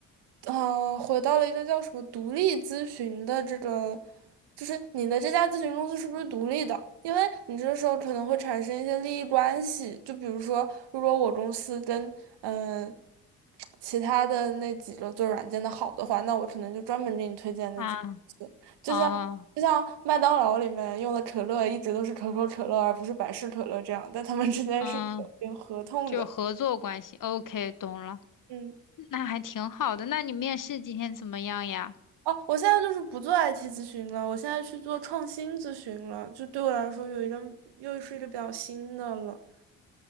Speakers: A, on the right (about 75°); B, on the left (about 50°).
A: 呃，回到了一个叫什么独立咨询的这个，就是你的这家咨询公司是不是独立的？因为你这时候可能会产生一些利益关系，就比如说，如果我公司跟嗯、呃其他的那几个做软件的好的话，那我可能就专门给你推荐那几个公司。
B: 啊
A: 就像就像麦当劳里面用的可乐一直都是可口可乐，
B: 哦
A: 而不是百事可乐这样，但他们之间是有有合同的。
B: 嗯，就合作关系。OK，懂了，
A: 嗯，
B: 那还挺好的。那你面试今天怎么样呀？
A: 哦，我现在就是不做 IT 咨询了，我现在去做创新咨询了，就对我来说有一个又是一个比较新的了。